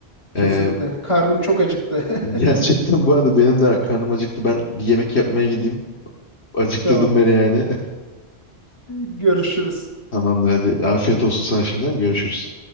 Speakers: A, on the left; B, on the left.
A: Kesinlikle.
B: E,
A: Karnım çok acıktı.
B: gerçekten
A: <laughs>
B: bu arada benim de karnım acıktı. Ben bir yemek yapmaya gideyim. Acıktırdın
A: Tamam.
B: beni yani.
A: Görüşürüz.
B: Tamamdır hadi. Afiyet olsun sana şimdiden. Görüşürüz.